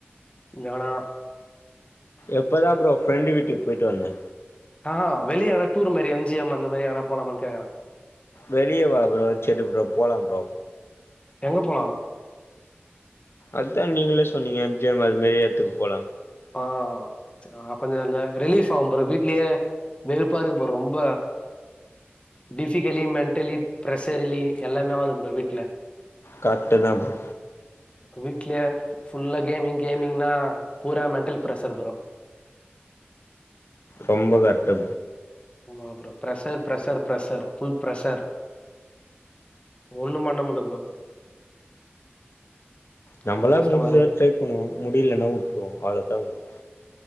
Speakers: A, on the left; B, on the left.
A: எங்க வேணா
B: இப்பதா ப்ரோ ஃப்ரெண்டு வீட்டுக் போய்ட்டு வந்தே
A: ஆ ஹா வெளிய எங்கனா டூர் மாரி எம் ஜி எம் அந்த மாரி எங்கனா போலாமான் கேக்கறே
B: வெளியவா ப்ரோ செரி ப்ரோ போலா ப்ரோ
A: எங்க போலா
B: அத்தா நீங்ளே சொன்னீங்க எம் ஜி எம் அது மேரி எத்துக்கு போலா
A: ஆ ஆ கொஞ்சொ ல ரிலீஃப்ஃபாவு ப்ரோ வீட்லே வெறுப்பாருக்கு ப்ரோ ரொம்ப டிஃபிகலி மெண்டலி பிரஷர்லி எல்லாமே ஆவுது ப்ரோ வீட்ல
B: கர்ட்டுதா ப்ரோ
A: வீட்லே ஃபுல்லா கேமிங் கேமிங்னா பூரா மெண்டல் ப்ரஷர் ப்ரோ
B: ரொம்ப கஷ்டோ
A: ஆமா bro pressure pressure pressure full pressure ஒன்னு பண்ணமுல்ல ப்ரோ
B: நம்பளால்
A: ரொம்ப கஷ்டமா
B: முடிஞ்சவர
A: இருக்கு.
B: ட்ரை பண்ணுவோ முடிலன்னா வுட்ருவோ அவ்ள தா ப்ரோ